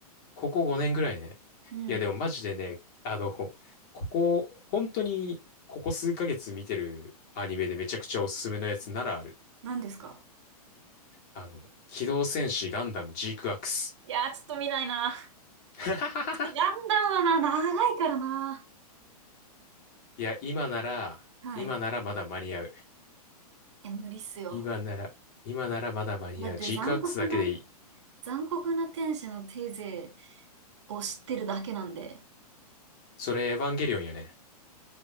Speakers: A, on the left; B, on the right.
A: ここ5年ぐらいね。
B: うん。
A: いやでもマジでね、あの、ここ、本当に、ここ数ヶ月見てるアニメでめちゃくちゃおすすめのやつならある。
B: 何ですか
A: あの、機動戦士ガンダムジークアクス。
B: いやー、ちょっと見ないな。<laughs>
A: <laughs>
B: ちょっとガンダムはな、長いからな。
A: いや、今なら、
B: はい。
A: 今ならまだ間に合う。
B: いや、無理っすよ。
A: 今なら、今ならまだ間に合う。
B: だって残酷な、
A: ジークアクスだけでいい。
B: 残酷な天使のテーゼを知ってるだけなんで。
A: それエヴァンゲリオンやね。